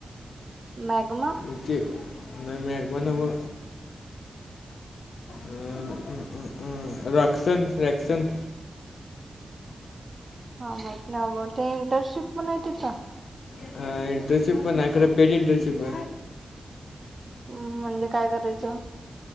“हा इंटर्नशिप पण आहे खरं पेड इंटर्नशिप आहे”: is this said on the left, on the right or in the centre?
Left